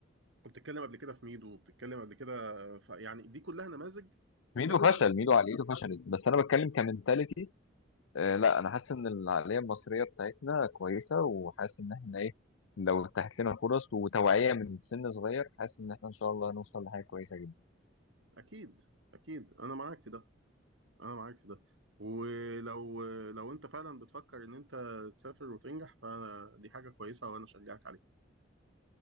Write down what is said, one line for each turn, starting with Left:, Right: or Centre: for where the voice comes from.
Right: وبتتكلم قبل كده في ميدو وبتتكلم قبل كده ف... يعني دي كلها نماذج
Left: ميدو
Right: لا فعلا
Left: فشل ميدو عقليته فشلت بس انا بتكلم كمنتاليتي آه لا انا حاسس ان العقلية المصرية بتاعتنا كويسة وحاسس ان احنا ايه لو اتاحت لنا فرص وتوعية من سن صغير حاسس ان احنا ان شاء الله هنوصل لحاجة كويسة جدا
Right: اكيد اكيد انا معاك في ده انا معاك في ده ولو لو انت فعلا بتفكر ان انت تسافر وتنجح فدي حاجة كويسة وانا اشجعك عليها